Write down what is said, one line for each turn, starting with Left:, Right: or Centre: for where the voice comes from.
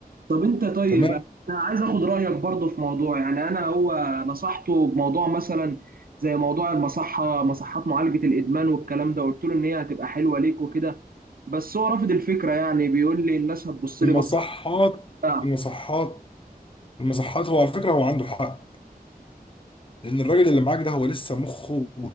Right: طب انت طيب
Left: تمام
Right: انا عايز اخد رأيك برضو في موضوع يعني انا هو نصحته بموضوع مثلا زي موضوع المصحة مصحات معالجة الإدمان والكلام ده قلت له ان هي هتبقى حلوة ليك وكده بس هو رافض الفكرة يعني بيقول لي الناس هتبص لي
Left: المصحات
Right: بصة بتاع.
Left: المصحات المصحات هو على فكرة هو عنده حق لأن الراجل اللي معاك ده هو لسه مخه